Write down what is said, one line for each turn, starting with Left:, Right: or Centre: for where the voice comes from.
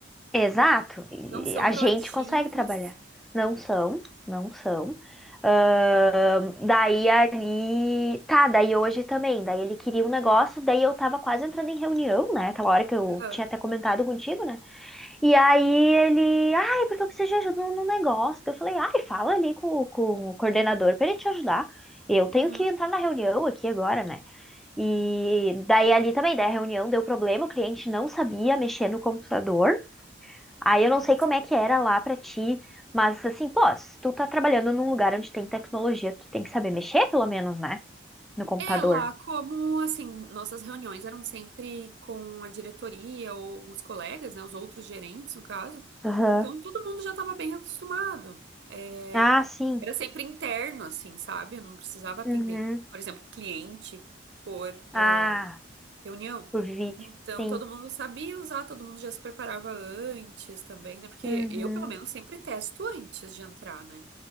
Centre: Exato. E
Right: não são
Centre: A
Right: proativos.
Centre: gente consegue trabalhar. Não são, não são. Ahn, daí ali. Tá, daí hoje também. Daí ele queria um negócio, daí eu tava quase entrando em reunião, né? Aquela hora que eu
Right: Aham.
Centre: tinha até comentado contigo, né? E aí ele. Ai, porque eu preciso de ajuda no negócio. Daí Eu falei, ai, fala ali com, com o coordenador pra ele te ajudar. Eu tenho
Right: Uhum.
Centre: que entrar na reunião aqui agora, né? E daí ali também, daí a reunião deu problema, o cliente não sabia mexer no computador. Aí eu não
Right: Nossa.
Centre: sei como é que era lá pra ti, mas assim, pô, se tu tá trabalhando num lugar onde tem tecnologia, tu tem que saber mexer, pelo menos, né? No computador.
Right: É, lá, como assim, nossas reuniões eram sempre com a diretoria ou os colegas, né, os outros gerentes, no caso.
Centre: Aham.
Right: Então, todo mundo já estava bem acostumado. É,
Centre: Ah, sim.
Right: era sempre interno, assim, sabe? Eu não precisava atender,
Centre: Uhum.
Right: por exemplo, cliente por ah,
Centre: Ah,
Right: reunião.
Centre: por vídeo.
Right: Então,
Centre: Sim.
Right: todo mundo sabia usar, todo mundo já se preparava antes também, né? Porque
Centre: Uhum.
Right: eu, pelo menos, sempre testo antes de entrar, né?